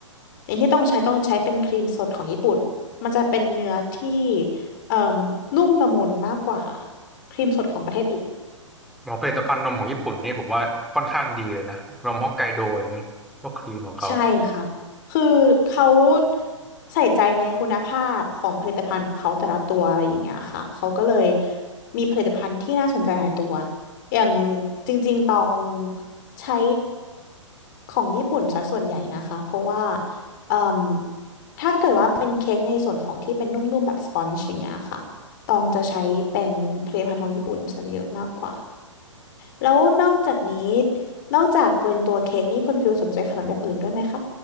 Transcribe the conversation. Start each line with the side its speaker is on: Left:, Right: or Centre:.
Left: อย่างที่ต้องใช้ต้องใช้เป็นครีมสดของญี่ปุ่นมันจะเป็นเนื้อที่เอ่มนุ่มละมุนมากกว่าครีมสดของประเทศอื่น
Centre: ของผลิตภัณฑ์นมของญี่ปุ่นนี่ผมว่าค่อนข้างดีเลยนะนมฮอกไกโดอย่างนี้พวกครีมของเขา
Left: ใช่ค่ะ คือเขาใส่ใจในคุณภาพของผลิตภัณฑ์เขาแต่ละตัวอะไรอย่างเงี้ยค่ะ เขาก็เลยมีผลิตภัณฑ์ที่น่าสนใจหลายตัว อย่างจริงๆตองใช้ของญี่ปุ่นซะส่วนใหญ่นะคะ เพราะว่าเอ่มถ้าเกิดว่าเป็นเค้กในส่วนของที่เป็นนุ่มๆแบบสปอนจ์อย่างเงี้ยค่ะตองจะใช้เป็นผลิตภัณฑ์ของญี่ปุ่นซะเยอะมากกว่า แล้วนอกจากนี้นอกจากเป็นตัวเค้กนี่คุณฟิลสนใจขนมแบบอื่นด้วยไหมคะ